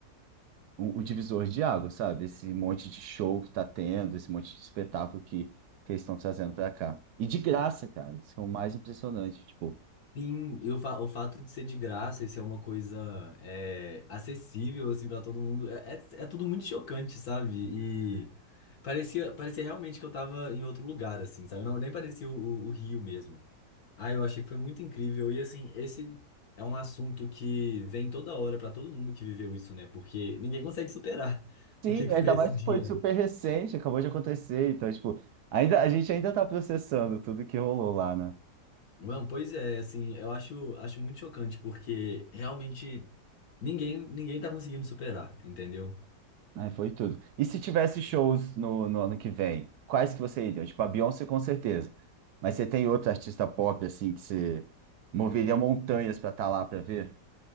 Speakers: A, on the right (about 70°); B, on the left (about 55°).
A: um, um divisor de água, sabe? Esse monte de show que está tendo, esse monte de espetáculo que, que eles estão trazendo para cá. E de graça, cara, isso é o mais impressionante, tipo.
B: Sim, e o, fa- o fato de ser de graça e ser uma coisa é, acessível assim para todo mundo é, é, é tudo muito chocante, sabe? E parecia parecia realmente que eu tava em outro lugar assim, sabe? Não, nem parecia o, o- o Rio mesmo. Ah, eu achei que foi muito incrível e assim, esse é um assunto que vem toda hora para todo mundo que viveu isso, né? Porque ninguém consegue superar <laughs>
A: Sim,
B: o que que
A: ainda
B: foi esse
A: mais que
B: dia.
A: foi super recente, acabou de acontecer, então, tipo, ainda, a gente ainda tá processando tudo que rolou lá, né?
B: Mano, pois é, assim, eu acho, acho muito chocante, porque realmente ninguém, ninguém tá conseguindo superar, entendeu?
A: Aí foi tudo. E se tivesse shows no, no ano que vem, quais que você iria? Tipo, a Beyoncé com certeza. Mas você tem outro artista pop, assim, que você moveria montanhas pra estar lá pra ver?